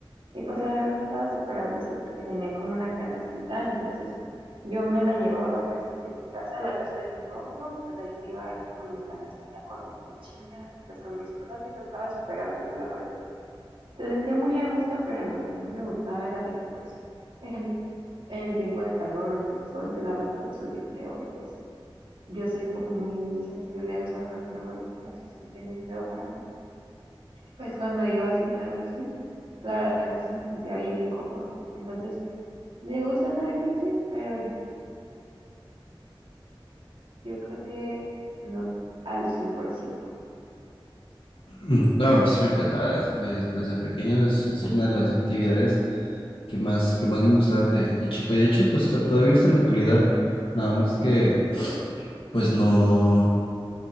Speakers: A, on the right; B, on the left.
A: Y pues la verdad estaba súper a gusto porque tenía como una canastita, entonces yo me la llevaba a veces de mi casa a la casa de mi novio y pues ahí me iba en- con mi canastita, con mi mochila y pues con mis cosas y pues estaba súper a gusto, la verdad. Se sentía muy a gusto, pero lo que no me gustaba era de que pues en, en tiempo de calor o en el sol te daba todo el sol bien feo y pues yo soy como muy sensible al sol, no sé, no me gusta, se siente muy feo para mí. Pues cuando iba así en la bici, la verdad sí se sentía bien incómodo. Entonces, me gusta andar en bici, pero yo creo que no al 100%.
B: <clears throat> No, a mí sí me encantaba de- de- desde pequeño, es, es una de las actividades que más, que más me gustaban de, de chico. Y de hecho, pues to- todavía está en la actualidad, nada más que pues no,